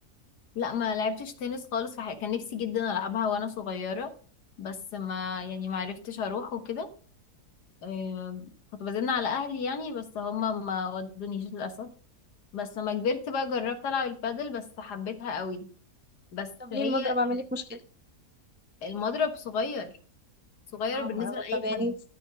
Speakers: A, on the left; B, on the right.
A: لا ما لعبتش تنس خالص في حقيقة. كان نفسي جدا ألعبها وانا صغيرة بس ما يعني ما عرفتش اروح وكده آه، كنت بزن على اهلي يعني بس هما ما ودونيش للاسف بس لما كبرت بقى جربت العب البادل بس حبيتها قوي بس
B: طب
A: هي
B: ليه المضرب عامل لك مشكلة
A: المضرب صغير صغير
B: اه
A: بالنسبه
B: ما أنا-
A: لاي
B: طب يعني
A: حد